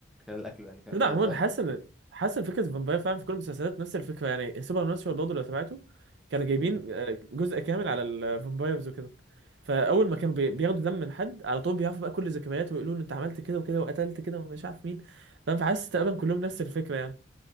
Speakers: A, in the centre; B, on the right.
A: خلال الاكل يعني فاهم
B: لا
A: انت
B: عموما
A: ازاي
B: حاسس ان حاسس ان فكره الفامباير فعلا في كل المسلسلات نفس الفكره يعني سوبر ناتشورال برضه لو تابعته كانوا جايبين
A: امم
B: آه، جزء كامل على الفامبايرز وكده فاول ما كانوا بي- بياخدوا دم من حد على طول بيعرفوا بقى كل ذكرياته ويقولوا له انت عملت كده وكده وقتلت كده ومش عارف مين فاهم فحاسس تقريبا كلهم نفس الفكره يعني